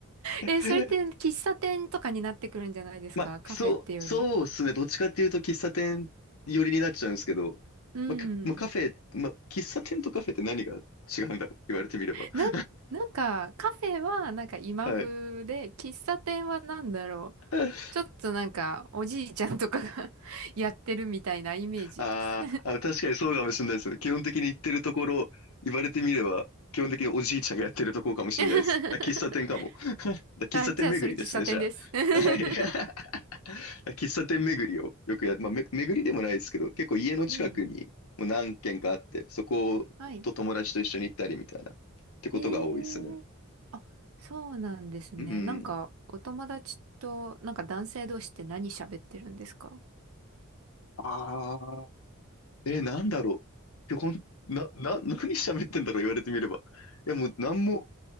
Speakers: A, on the right; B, on the left.
A: えーそれって喫茶店とかになってくるんじゃないですかカフェってより。
B: <laughs> まあ、そう、そうですね。どっちかっていうと喫茶店寄りになっちゃうんですけど、
A: うん。
B: まあ、かまあ、カフェ、まあ、喫茶店とカフェって何が違うんだろう言われてみれば。
A: なん、
B: <laughs>
A: なんか、カフェはなんか今風で、
B: はい。
A: 喫茶店はなんだろう。
B: <laughs>
A: ちょっとなんか、おじいちゃんとかが <laughs> やってるみたいなイメージです。
B: あーあ、確かにそうかもしれないですね。基本的に行ってるところ、言われてみれば、基本的におじいちゃんがやってるところかもしれないです。
A: <laughs>
B: あ、喫茶店かも。だ、喫茶店巡りですね、
A: あ、じゃあそれ喫茶店です。
B: じゃあ。
A: <laughs>
B: はい。<laughs> 喫茶店巡りをよくや、まあ、め、巡りでもないですけど、結構家の近くにもう何軒かあって、
A: うんうん。
B: そこと友達と一緒に行ったりみたいな、
A: はい。
B: ってことが多いですね。
A: えー、あ、そうなんですね。
B: うん。
A: なんか、お友達と、なんか男性同士って何喋ってるんですか
B: ああ、え、なんだろう。いやほん、な、な、何喋ってんだろう言われてみれば。いや、もう、何も、